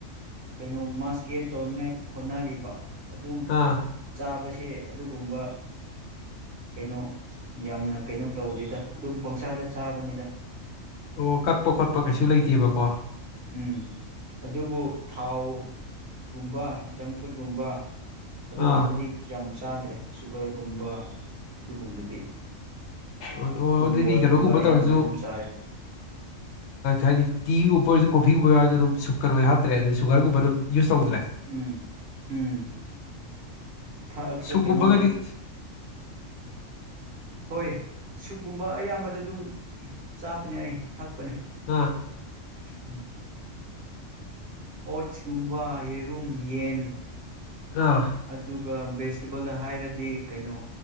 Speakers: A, on the right; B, on the left.
A: ꯀꯩꯅꯣ ꯃꯥꯁ ꯒꯦꯟ ꯇꯧꯅꯤꯉꯥꯏ ꯍꯣꯠꯅꯔꯤꯕ ꯑꯗꯨꯝ
B: ꯑꯥ
A: ꯆꯥꯕꯁꯦ ꯑꯗꯨꯒꯨꯝꯕ ꯀꯩꯅꯣ ꯌꯥꯝꯅ ꯀꯩꯅꯣ ꯇꯧꯗꯦꯗ ꯑꯗꯨꯝ ꯄꯪꯁꯥꯗ ꯆꯥꯕꯅꯤꯗ
B: ꯑꯣ ꯀꯛꯄ ꯈꯣꯠꯄ ꯀꯩꯁꯨ ꯂꯩꯇꯦꯕꯀꯣ
A: ꯎ ꯎꯝ ꯑꯗꯨꯕꯨ ꯊꯥꯎ ꯀꯨꯝꯕꯥ ꯪ ꯐꯨꯠꯀꯨꯝꯕ ꯑꯗꯨꯒꯨꯝꯕꯗꯤ
B: ꯑꯥ
A: ꯀꯌꯥꯝ ꯆꯥꯗ꯭ꯔꯦ ꯁꯨꯒꯔꯒꯨꯝꯕ ꯑꯗꯨꯒꯨꯝꯕꯗꯤ
B: ꯑꯣ
A: ꯑꯗꯨꯝ
B: ꯑꯣ ꯑꯗꯨꯗꯤ
A: ꯕꯣꯏꯜꯒꯨꯝꯕ
B: ꯀꯩꯅꯣꯒꯨꯝꯕ
A: ꯑꯌꯥꯝꯕꯗ
B: ꯇꯧꯔꯁꯨ
A: ꯑꯗꯨꯝ ꯆꯥꯔꯦ
B: ꯍꯥꯏꯗꯤ ꯇꯤꯒꯨꯝꯕ ꯑꯣꯏꯔꯁꯨ ꯀꯣꯐꯤꯒꯨꯝꯕ ꯌꯥꯎꯔꯁꯨ ꯁꯨꯒꯔ ꯑꯣꯏ ꯍꯥꯇ꯭ꯔꯦ ꯑꯗꯨ ꯁꯨꯒꯔꯒꯨꯝꯕ ꯌꯨꯁ ꯇꯧꯗ꯭ꯔꯦ
A: ꯎꯝ ꯎꯝ ꯊꯥꯛꯑꯁꯨ
B: ꯁꯨꯒꯨꯝꯕꯒꯗꯤ
A: ꯀꯩꯅꯣ ꯍꯣꯏ ꯁꯨꯛꯀꯨꯝꯕ ꯑꯌꯥꯝꯕꯗ ꯑꯗꯨꯝ ꯆꯥꯕꯅꯦ ꯑꯩ ꯊꯛꯄꯅꯦ
B: ꯑꯥ
A: ꯎꯝ ꯑꯣꯠꯁꯀꯨꯝꯕ ꯌꯦꯔꯨꯝ ꯌꯦꯟ
B: ꯑꯥ
A: ꯑꯗꯨꯒ ꯦꯁ ꯁꯇꯤꯕꯜꯗ ꯍꯥꯏꯔꯗꯤ ꯀꯩꯅꯣ